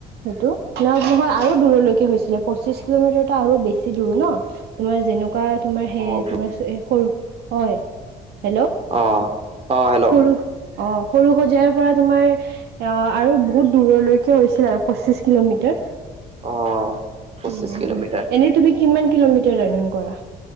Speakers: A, on the right; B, on the right.
A: সেইটো ন নহয় আৰু দূৰলৈকে হৈছিলে পঁচিশ কিলোমিটাৰতো আৰু বেছি দূৰ ন? তোমাৰ যেনেকুৱা তোমাৰ সেই
B: অ',
A: তোমাৰ সৰু হয় হেলো
B: অ', অ', হেল্ল'।
A: সৰু অ' সৰুসজাইৰ পৰা তোমাৰ অ' আৰু বহুত দূৰলৈকে হৈছিল আৰু পঁচিশ কিলোমিটাৰ।
B: অ পঁচিছ
A: উম,
B: কিলোমিটাৰ
A: এনেই তুমি কিমান কিলোমিটাৰ ৰাণিং কৰা?